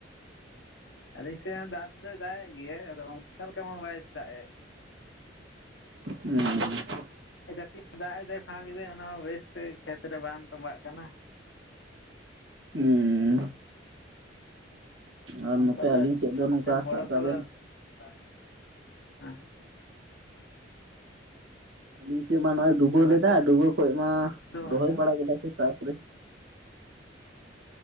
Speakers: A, on the left; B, on the right.
A: ᱟᱞᱤᱧ ᱥᱮᱜ ᱦᱚᱸ ᱫᱟᱜ ᱫᱚᱭ ᱫᱟᱜ ᱮᱫ ᱜᱮᱭᱟᱭ ᱟᱫᱚ ᱚᱱᱠᱟ ᱞᱮᱠᱟ ᱢᱟ ᱵᱟᱭ ᱫᱟᱜ ᱮᱜ᱾
B: ᱩᱸᱻ᱾
A: ᱦᱮᱸ ᱠᱟᱹᱴᱤᱡ ᱫᱟᱜ ᱮᱫᱟᱭ ᱯᱷᱟᱸᱠ ᱮᱫᱟᱭ ᱚᱱᱟ ᱦᱚᱸ ᱵᱮᱥ ᱛᱮ ᱠᱷᱮᱛ ᱨᱮ ᱵᱟᱝ ᱛᱚᱸᱵᱟᱜ ᱠᱟᱱᱟ᱾
B: ᱦᱩᱸᱻ ᱟᱨ
A: ᱚᱱᱠᱟ
B: ᱱᱚᱛᱮ
A: ᱜᱮ
B: ᱟᱹᱞᱤᱧ ᱥᱮᱜ ᱫᱚ ᱱᱚᱝᱠᱟ
A: ᱢᱤᱫᱴᱟᱝ ᱵᱚᱲᱚ
B: ᱥᱟᱵ ᱠᱟᱜ ᱵᱮᱱ
A: <inaudible>
B: ᱟᱹᱞᱤᱧ ᱥᱮᱜ ᱢᱟ ᱱᱚᱜᱼᱚᱭ ᱰᱩᱵᱟᱹ
A: ᱟᱵᱮᱱ
B: ᱞᱮᱫᱟ
A: ᱥᱮᱫ
B: ᱰᱩᱵᱟᱹ ᱠᱷᱚᱡ ᱢᱟ
A: ᱫᱚ ᱦᱩᱸ
B: ᱨᱚᱦᱚᱭ ᱵᱟᱲᱟ ᱠᱮᱫᱟ ᱠᱚ ᱛᱟᱨᱯᱚᱨᱮ